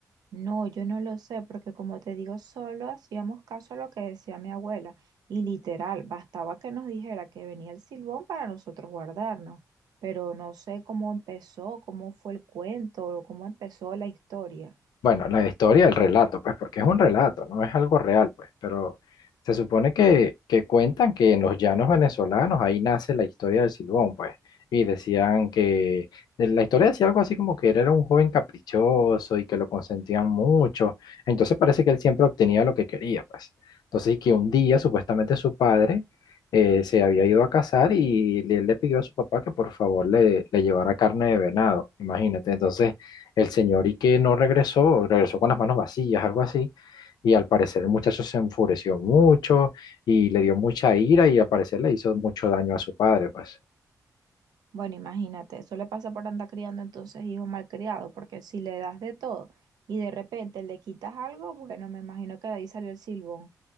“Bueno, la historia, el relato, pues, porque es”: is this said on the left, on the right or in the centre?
Left